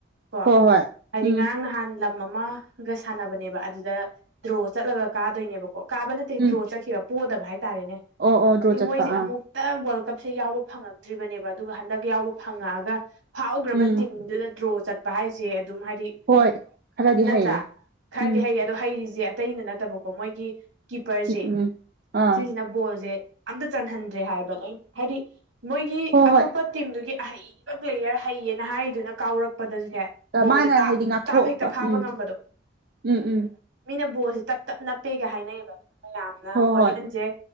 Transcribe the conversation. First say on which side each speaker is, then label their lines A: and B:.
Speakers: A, on the right (about 75°); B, on the right (about 50°).
A: ꯀꯣ
B: ꯍꯣꯏ ꯍꯣꯏ
A: ꯍꯥꯏꯗꯤ
B: ꯎꯝ
A: ꯉꯔꯥꯡ ꯅꯍꯥꯟ ꯂꯝ ꯑꯃ ꯒ ꯁꯥꯟꯅꯕꯅꯦꯕ ꯑꯗꯨꯗ ꯗ꯭ꯔꯣ ꯆꯠꯂꯒ ꯀꯥꯗꯣꯏꯅꯦꯕꯀꯣ ꯀꯥꯕ ꯅꯠꯇꯦ
B: ꯎꯝ
A: ꯗ꯭ꯔꯣ ꯆꯠꯈꯤꯕ ꯄꯣꯗꯕ ꯍꯥꯏꯇꯥꯔꯦꯅꯦ
B: ꯑꯣ ꯑꯣ ꯗ꯭ꯔꯣ ꯆꯠꯄ
A: ꯃꯣꯏꯁꯦ ꯑꯃꯨꯛ
B: ꯑꯥ
A: ꯇ ꯋꯥꯔꯜ ꯀꯞꯁꯦ ꯌꯥꯎꯕ ꯐꯪꯉꯛꯇ꯭ꯔꯤꯕꯅꯦꯕ ꯑꯗꯨꯒ ꯍꯟꯗꯛ ꯌꯥꯎꯕ ꯐꯪꯉꯛ ꯑꯒ ꯐꯥꯎꯈ꯭ꯔꯕ
B: ꯎꯝ
A: ꯇꯤꯝꯗꯨꯗ ꯗ꯭ꯔꯣ ꯆꯠꯄ ꯍꯥꯏꯁꯦ ꯑꯗꯨꯝ ꯍꯥꯏꯗꯤ
B: ꯍꯣꯏ ꯈꯔꯗꯤ ꯍꯩꯔꯦ
A: ꯅꯠꯇ꯭ꯔ ꯈꯔꯗꯤ
B: ꯎꯝ
A: ꯍꯩꯌꯦ꯫ ꯗꯣ ꯍꯩꯔꯤꯁꯦ ꯑꯇꯩꯅ ꯅꯠꯇꯕꯀꯣ ꯃꯣꯏꯒꯤ ꯀꯤꯞꯄꯔꯁꯦ꯫
B: ꯎꯝ ꯑꯥ
A: ꯁꯤꯁꯤꯅ ꯕꯣꯜꯁꯦ ꯑꯝꯇ ꯆꯟꯍꯟꯗ꯭ꯔꯦ ꯍꯥꯏꯕ ꯂꯣꯏ ꯍꯥꯏꯗꯤ ꯃꯣꯏꯒꯤ
B: ꯍꯣꯏ
A: ꯑꯇꯣꯞꯄ ꯇꯤꯝꯗꯨꯒꯤ꯫ ꯑꯍꯩꯕ ꯄ꯭ꯂꯦꯌꯔ ꯍꯩꯌꯦꯅ ꯍꯥꯏꯔꯤꯗꯨꯅ ꯀꯥꯎꯔꯛ꯫ ꯄꯗꯁꯨꯅꯦ
B: ꯍꯣꯏ
A: ꯕꯣꯜꯁꯦ
B: ꯃꯥꯅ
A: ꯇꯥꯞ-ꯇꯥꯞꯍꯦꯛꯇ
B: ꯍꯥꯏꯗꯤ ꯉꯥꯛꯊꯣꯛꯄ
A: ꯐꯥꯕ
B: ꯎꯝ
A: ꯉꯝꯕꯗꯣ꯫
B: ꯎꯝ ꯎꯝ
A: ꯃꯤꯅ ꯕꯣꯜꯁꯦ ꯇꯞ-ꯇꯞ ꯅꯞꯄꯦꯒ ꯍꯥꯏꯅꯩꯌꯦꯕ ꯃꯌꯥꯝꯅ
B: ꯍꯣꯏ
A: ꯍꯣꯔꯦꯟꯁꯦ꯫
B: ꯍꯣꯏ